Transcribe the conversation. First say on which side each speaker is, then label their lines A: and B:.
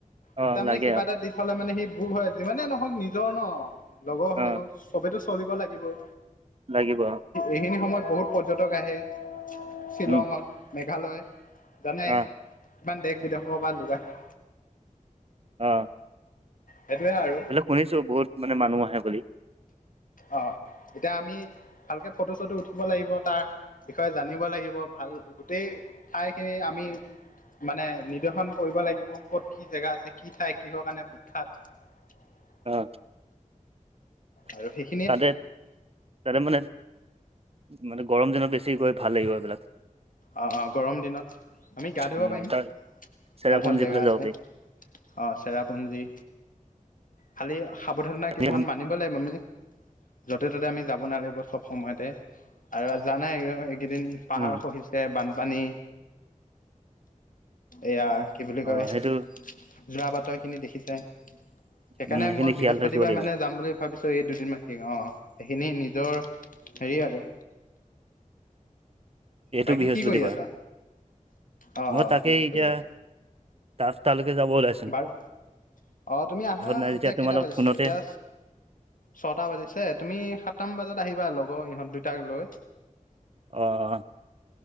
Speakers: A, on the left; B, on the right.
A: তেতিয়া
B: অ লাগে
A: মানে কিবা
B: অ
A: এটা ফালে মানে সি বোক হয়, যিমানে নহওঁক নিজৰ ন, লগৰ হ'লেও,
B: অ
A: চবেতটো চলিব লাগিবই।
B: লাগিব। অ,
A: এইখিনি সময়ত বহুত পৰ্যটক আহে, শ্বিলঙত,
B: উম
A: মেঘালয়। জানে,
B: অ
A: কিমান দেশ-বিদেশৰ পৰা লোক আহে।
B: অ!
A: সেইটোৱে আৰু,
B: বোলে শুনিছো বহুত মানে মানুহ আহে বুলি
A: অ এতিয়া আমি ভালকে ফটো চটো উঠিব লাগিব। তাৰ বিষয়ে জানিব লাগিব, ভাল গোটেই ঠাইখিনি আমি মানে নিৰ্দশন কৰিব লাগিব। ক'ত কি জেগা আছে? কি ঠাই কিহৰ কাৰণে বিখ্যাত? <unintelligible>
B: অঁ!
A: আৰু সেই
B: তাতে, তাতে মানে মানে গৰম দিনত বেছি গৈ ভাল লাগিব এইবিলাক।
A: অঁ, অঁ গৰম দিনত আমি গা-ধুব
B: উম
A: পাৰিম,
B: তাৰ চেৰাপুঞ্জী
A: ভাল ভাল জেগা
B: ফালে
A: আছে।
B: যাব
A: অ চেৰাপুঞ্জী, খালি সাৱধানত
B: পাৰি
A: কিছুমান মানি ব লাগিব আমি। যতে-ততে আমি যাব নালাগিব চব সময়তে। আৰু জানাই কেইদিন পাহাৰ
B: উম
A: খহিছে, বানপানী, এয়া কি বুলি কয়
B: অ
A: যোৱা
B: সেইটো
A: বাটৰখিনি দেখিছাই। সেইকাৰণে
B: উম সেইখিনি
A: মই
B: খিয়াল
A: বৃহস্পতিবাৰ
B: ৰাখিব লাগিব
A: মানে যাম বুলি ভাবিছো, এই দুদিন মান থাকি, অ সেইখিনি নি নিজৰ হেৰি আৰু
B: এইটো
A: বাকী
B: বৃহস্পতিবাৰ,
A: কি কৰি আছা অ অ
B: মই তাকেই
A: বৃহস্পতিবাৰ
B: এতিয়া ৰাস্তালেকে যাব ওলাইছোঁ।
A: বাৰু অ তুমি আহা!
B: নাই যেতিয়া
A: এতিয়া
B: তোমালোক
A: কেইটা বাজিছে?
B: ফোনতে
A: এতিয়া ছটা বাজিছে, তুমি সাতটামান বজাত আহিবা লগৰ ইহঁত দুইটাক লৈ।
B: অ!